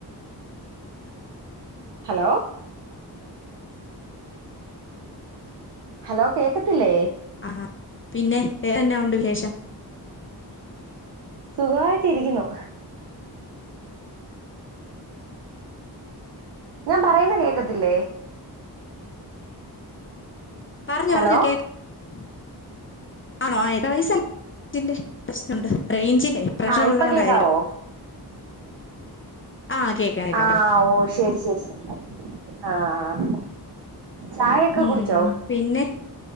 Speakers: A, on the right; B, on the left.
A: ഹലോ ഹലോ കേക്കത്തില്ലേ
B: ആ പിന്നെ വേറെ എന്നാ ഒണ്ട് വിശേഷം
A: സുഖമായിട്ട് ഇരിക്കുന്നു ഞാൻ പറയുന്നെ കേക്കത്തില്ലേ
B: പറഞ്ഞോ
A: ഹലോ
B: പറഞ്ഞോ കേക്കാ - ആണോ എത്ര വയസായി ഇതിന്റെ പ്രശ്നുണ്ട് റേഞ്ചിന്റെ പ്രശ്നം
A: ആഹ്
B: ഉള്ളോണ്ടായിരിക്കും
A: ഇപ്പൊ കേക്കാവോ
B: ആഹ് കേക്കാം കേക്കാം
A: ആഹ്
B: പറഞ്ഞോ
A: ഓ ശരി ശരി ആഹ് ചായൊക്കെ
B: ഉം
A: കുടിച്ചോ
B: പിന്നെ